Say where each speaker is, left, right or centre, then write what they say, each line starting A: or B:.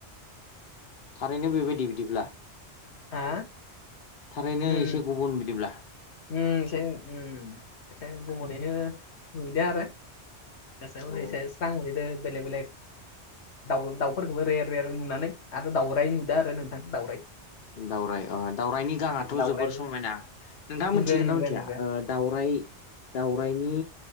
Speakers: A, on the left (about 55°); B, on the left (about 70°).
A: थारैनो बेबायदि बिदिब्ला
B: हा
A: थारैनो
B: उम
A: एसे गुबुन बिदिब्ला
B: उम एसे उम एसे गुबुनैनो नुदो आरो एसे हरै
A: औ
B: एसे स्रां नुहैदो बेलेग बेलेग दाउ दाउफोरखौबो रेेयार रेेयार नुनानै आरो दाउराय नुदो आरो नोंथां दाउराय
A: दावराय अ दाउरायनि गांआथ'
B: दाउराइबो
A: जोबोर समायना नोंथाङा
B: नंगो
A: मोनथिगोन
B: नंगो
A: ना मिथिया
B: नंगो
A: ओ दावराय दावरायनि